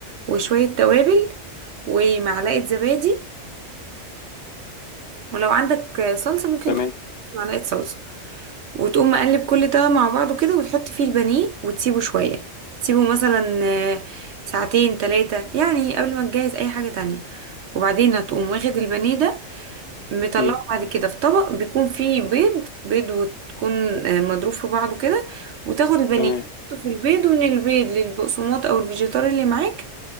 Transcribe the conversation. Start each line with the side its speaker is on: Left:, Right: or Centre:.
Right: وشوية توابل ومعلقة زبادي ولو عندك صلصة ممكن
Left: تمام
Right: تحط نص معلقة صلصة وتقوم مقلب كل ده مع بعضه كده وتحط فيه البانيه وتسيبه شوية تسيبه مثلا آه، ساعتين تلاتة يعني قبل ما تجهز أي حاجة تانية وبعدين هتقوم واخد البانيه ده مطلعه
Left: مم.
Right: بعد كده في طبق بيكون فيه بيض بيض وتكون آه، مضروب في بعضه كده وتاخد البانيه
Left: تمام
Right: تحطه في البيض ومن البيض للبقسماط او الفيجيتار اللي معاك